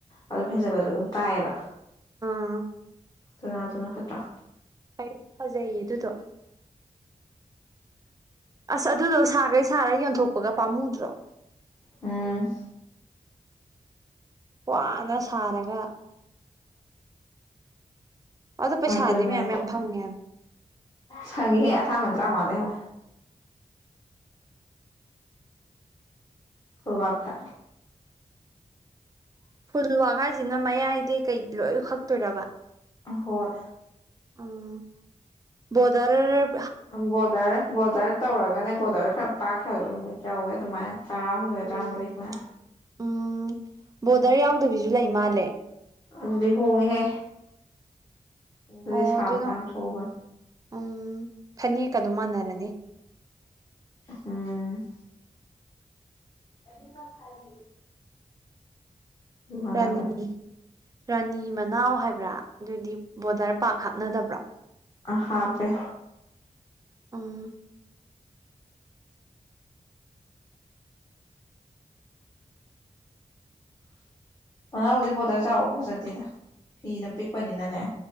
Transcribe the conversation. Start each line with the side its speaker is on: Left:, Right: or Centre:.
Left: ꯑꯗꯨ ꯐꯦꯟꯖꯜꯂꯁꯨ ꯑꯗꯨꯝ ꯇꯥꯏꯌꯦꯕ
Right: ꯎꯝ
Left: ꯑꯗꯨꯅ ꯑꯗꯨꯅ ꯐꯠꯇ꯭ꯔꯥ
Right: ꯍꯣꯏ ꯐꯖꯩꯌꯦ ꯑꯗꯨꯗꯣ ꯑꯁ ꯑꯗꯨꯗꯣ ꯁꯥꯈꯩ ꯁꯥꯔ ꯌꯣꯟꯊꯣꯛꯄꯒ ꯄꯥꯝꯃꯨꯗ꯭ꯔꯣ
Left: ꯎꯝ
Right: ꯋꯥꯅ ꯁꯥꯔꯒ ꯑꯗꯣ ꯄꯩꯁꯥꯗꯤ
Left: ꯑꯗꯨꯅꯦ
Right: ꯃꯌꯥꯝ ꯃꯌꯥꯝ ꯐꯪꯉꯦ ꯍꯥꯏꯝ
Left: ꯐꯪꯉꯤꯍꯦ ꯑꯁꯥꯃꯟ ꯇ꯭ꯔꯥꯝꯉꯥ ꯗꯩ ꯍꯧꯋꯦ ꯐꯨꯛ ꯋꯥꯥꯛꯇ
Right: ꯐꯨꯜ ꯋꯥꯛ ꯍꯥꯏꯁꯤꯅ ꯃꯌꯥꯏꯗꯩ ꯀꯩ ꯂꯣꯏ ꯍꯛꯇꯣꯏꯔꯕ
Left: ꯑꯍꯣꯏ
Right: ꯎꯝ ꯕꯣꯗꯔ
Left: ꯕꯣꯔꯗꯔ ꯕꯣꯔꯗꯔ ꯇꯧꯔꯒꯅꯦ ꯕꯣꯔꯗꯔ ꯈꯔ ꯄꯥꯛ ꯈ꯭ꯔ ꯑꯗꯨꯝ ꯇꯧꯋꯦ ꯑꯗꯨꯃꯥꯏꯅ ꯇꯔꯥꯍꯨꯝꯗꯣꯏ
Right: ꯎꯝ
Left: ꯇꯔꯥꯃꯔꯤ ꯁꯨꯃꯥꯏꯅ
Right: ꯎꯝ ꯕꯣꯗꯔ ꯌꯥꯎꯗꯕꯤꯁꯨ ꯂꯩ ꯃꯥꯜꯂꯦ
Left: ꯑꯗꯨꯗꯤ ꯍꯣꯡꯉꯦꯍꯦ ꯑꯗꯨꯗꯤ
Right: ꯑꯣ
Left: ꯁꯥꯕꯁꯨ
Right: ꯑꯗꯨꯅ
Left: ꯌꯥꯝ ꯊꯨꯕꯅꯤ
Right: ꯎꯝ ꯐꯅꯦꯛꯀ ꯑꯗꯨꯝ ꯃꯥꯟꯅꯔꯅꯤ
Left: ꯎꯝ ꯑꯗꯨ ꯑꯗꯨꯅ ꯐꯔꯔꯤ ꯃꯥꯟꯅꯕꯅꯦ
Right: ꯔꯥꯅꯤ ꯔꯥꯅꯤ ꯃꯅꯥꯎ ꯍꯥꯏꯕ꯭ꯔꯥ ꯑꯗꯨꯗꯤ ꯕꯣꯗꯔ ꯄꯥꯔ ꯍꯥꯞꯅꯗꯕ꯭ꯔꯣ
Left: ꯑ ꯍꯥ ꯄꯦ
Right: ꯑꯝ <unintelligible>
Left: ꯃꯅꯥꯎꯗꯤꯛ ꯕꯣꯇꯜ ꯆꯥꯎꯕ ꯐꯖꯗꯦꯗ ꯐꯤꯗ ꯄꯤꯛꯄꯅꯤꯅꯅꯦ